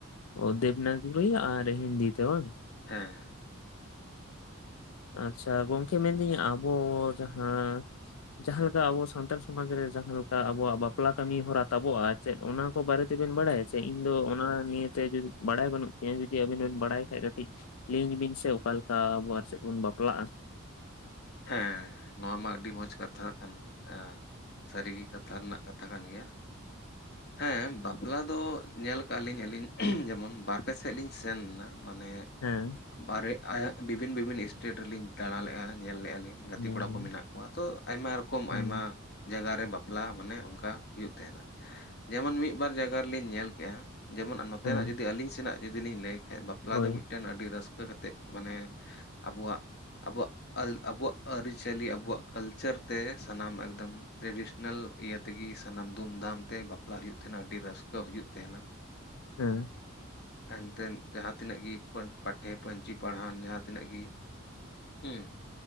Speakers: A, on the left; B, on the left.
A: ᱚ ᱫᱮᱵᱽᱱᱟᱱᱟᱜᱚᱨᱤ ᱟᱨ ᱦᱤᱱᱫᱤ ᱛᱮ ᱵᱟᱝ?
B: ᱦᱮᱸ
A: ᱟᱪᱪᱷᱟ ᱜᱚᱝᱠᱮ ᱢᱮᱱᱫᱟᱹᱧ ᱟᱵᱚ ᱡᱟᱦᱟᱸ ᱡᱟᱦᱟᱸ ᱞᱮᱠᱟ ᱟᱵᱚ ᱥᱟᱱᱛᱟᱲ ᱥᱚᱢᱟᱡᱽ ᱨᱮ ᱡᱟᱦᱟᱸ ᱞᱮᱠᱟ ᱟᱵᱚᱣᱟᱜ ᱵᱟᱯᱞᱟ ᱠᱟᱹᱢᱤ ᱦᱚᱨᱟ ᱛᱟᱵᱚᱜᱼᱟ, ᱪᱮᱫ ᱚᱱᱟ ᱠᱚ ᱵᱟᱨᱮ ᱛᱮᱵᱮᱱ ᱵᱟᱲᱟᱭᱟ ᱡᱮ ᱤᱧ ᱫᱚ ᱚᱱᱟ ᱱᱤᱭᱮᱛᱮ ᱡᱩᱫᱤ ᱵᱟᱲᱟᱭ ᱵᱟᱹᱱᱩᱜ ᱛᱤᱧᱟ ᱡᱩᱫᱤ ᱟᱵᱤᱱ ᱵᱤᱱ ᱵᱟᱲᱟᱭ ᱠᱷᱟᱡ ᱠᱟᱹᱴᱤᱡ ᱞᱤᱧ ᱵᱤᱱ ᱥᱮ ᱚᱠᱟᱞᱮᱠᱟ ᱟᱵᱚᱣᱟᱜ ᱟᱨ ᱪᱮᱫ ᱵᱚᱱ ᱵᱟᱯᱞᱟᱜᱼᱟ?
B: ᱦᱮᱸ ᱱᱚᱣᱟ ᱢᱟ ᱟᱹᱰᱤ ᱢᱚᱸᱡᱽ ᱠᱟᱛᱷᱟ ᱠᱟᱱ। ᱮᱸᱻ ᱥᱟᱹᱨᱤᱜᱮ ᱠᱟᱛᱷᱟ ᱨᱮᱱᱟᱜ ᱠᱟᱛᱷᱟ ᱠᱟᱱ ᱜᱮᱭᱟ᱾
A: <inaudible>
B: ᱦᱮᱸ ᱵᱟᱯᱞᱟ ᱫᱚ ᱧᱮᱞ ᱟᱠᱟᱫ ᱞᱤᱧ ᱟᱹᱞᱤᱧ ᱡᱮᱢᱚᱱ ᱵᱟᱨᱯᱮ ᱥᱮᱫ ᱞᱤᱧ ᱥᱮᱱ ᱮᱱᱟ, ᱢᱟᱱᱮ
A: ᱦᱮᱸ
B: ᱵᱟᱨᱦᱮ ᱟᱭᱟ ᱵᱤᱵᱷᱤᱱ ᱵᱤᱵᱷᱤᱱ ᱮᱥᱴᱮᱴ ᱨᱮᱞᱤᱧ ᱫᱟᱬᱟ ᱞᱮᱫᱜᱼᱟ ᱧᱮᱞ ᱞᱮᱫᱜᱼᱟ ᱞᱤᱧ᱾ ᱜᱟᱛᱮ
A: ᱦᱮᱸ
B: ᱠᱚᱲᱟ ᱠᱚ ᱢᱮᱱᱟᱜ ᱠᱚᱣᱟ ᱛᱚ, ᱟᱭᱢᱟ ᱨᱚᱠᱚᱢ
A: ᱦᱮᱸ
B: ᱟᱭᱢᱟ, ᱡᱟᱜᱟ ᱨᱮ ᱵᱟᱯᱞᱟ ᱢᱟᱱᱮ ᱚᱱᱠᱟ ᱦᱩᱭᱩᱜ ᱛᱟᱦᱮᱱᱟ ᱡᱮᱢᱚᱱ ᱢᱤᱫ ᱵᱟᱨ ᱡᱟᱭᱜᱟ ᱨᱮᱞᱤᱧ ᱧᱮᱞ ᱠᱮᱜᱼᱟ, ᱡᱮᱢᱚᱱ ᱱᱚᱛᱮᱱᱟᱜ
A: ᱦᱮᱸ
B: ᱡᱩᱫᱤ ᱟᱹᱞᱤᱧ ᱥᱮᱱᱟᱜ ᱡᱩᱫᱤ ᱟᱞᱤᱧ ᱞᱟᱹᱭ ᱠᱷᱟᱡ ᱵᱟᱯᱞᱟ
A: ᱦᱳᱭ
B: ᱫᱚ ᱢᱤᱫ ᱴᱮᱱ ᱟᱹᱰᱤ ᱨᱟᱹᱥᱠᱟᱹ ᱠᱟᱛᱮᱫ ᱢᱟᱱᱮ ᱟᱵᱚᱣᱟᱜ ᱟᱵᱚᱣᱟᱜ ᱟᱵᱚᱣᱟᱜ ᱟᱹᱨᱤᱪᱟᱹᱞᱤ ᱟᱵᱚᱣᱟᱜ ᱠᱟᱞᱪᱟᱨ ᱛᱮ ᱥᱟᱱᱟᱢ ᱮᱠᱫᱚᱢ ᱴᱨᱮᱰᱤᱥᱚᱱᱟᱞ ᱤᱭᱟᱹ ᱛᱮᱜᱮ ᱥᱟᱱᱟᱢ ᱫᱷᱩᱢᱫᱷᱟᱢ ᱛᱮ ᱵᱟᱯᱞᱟ ᱦᱩᱭᱩᱜ ᱛᱟᱦᱮᱱᱟ ᱟᱹᱰᱤ ᱨᱟᱹᱥᱠᱟᱹ ᱦᱩᱭᱩᱜ ᱛᱟᱦᱮᱱᱟ᱾
A: ᱦᱮᱸ
B: ᱮᱱᱛᱮᱫ ᱡᱟᱦᱟᱸ ᱛᱤᱱᱟᱹᱜ ᱜᱮ ᱯᱟᱴᱷᱮ ᱯᱟᱹᱧᱪᱤ ᱯᱟᱲᱦᱟᱱ ᱡᱟᱦᱟᱸ ᱛᱤᱱᱟᱹᱜ ᱜᱮ ᱦᱮᱸ